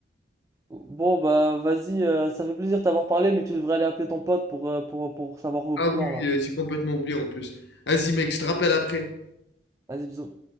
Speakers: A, on the right (about 15°); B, on the left (about 60°).
A: Bon, bah, vas-y, euh, ça fait plaisir de t'avoir parlé, mais tu devrais aller appeler ton pote pour, euh, pour, pour savoir vos
B: Ah
A: plans,
B: oui, oui,
A: là.
B: euh, j'ai complètement oublié, en plus. Vas-y, mec, je te rappelle après.
A: Vas-y, bisous.